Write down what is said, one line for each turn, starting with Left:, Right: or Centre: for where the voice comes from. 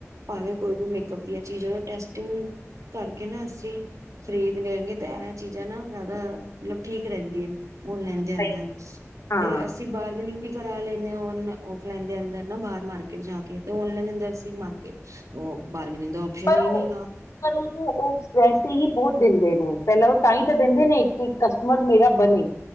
Right: ਭਾਵੇਂ ਕੋਈ ਵੀ ਮੇਕਅਪ ਵਧੀਆ ਚੀਜ ਔ <unintelligible> ਟੈਸਟਿੰਗ ਕਰਕੇ ਨਾ ਅਸੀ ਖ਼ਰੀਦ ਲੇਂਗੇ ਤੇ ਇਹ ਚੀਜ਼ਾਂ ਨਾ ਜ਼ਿਆਦਾ ਮਤਲਬ ਠੀਕ ਰਹਿੰਦੀਆਂ ਔਨਲਾਇਨ ਦੇ
Left: ਸਹੀ
Right: ਅੰਦਰ
Left: ਹਾਂ
Right: ਤੇ ਅਸੀਂ ਬਾਰਗਨਿੰਗ ਵੀ ਕਰਾ ਲੇਨੇ ਆ ਔਨਲਾਈ, ਔਫਲਾਈਨ ਦੇ ਅੰਦਰ ਨਾ ਬਾਹਰ ਮਾਰਕਿਟ ਜਾ ਕੇ ਤੇ ਔਨਲਾਈਨ ਦੇ ਅੰਦਰ ਅਸੀ ਮਾਰਕੀਟ ਔ ਬਾਰ ਗਨਿਗ ਦਾ ਔਪਸ਼ਨ
Left: ਪਰ
Right: ਈ ਨੀਗਾ।
Left: ਉਹ ਪਰ ਉਹ ਉਹ ਵੈਸੇ ਹੀ ਬਹੁਤ ਦਿੰਦੇ ਨੇ, ਪਹਿਲਾਂ ਉਹ ਤਾਂ ਈ ਤੇ ਦਿੰਦੇ ਨੇ ਕਿ ਕਸਟਮਰ ਮੇਰਾ ਬਨੇ।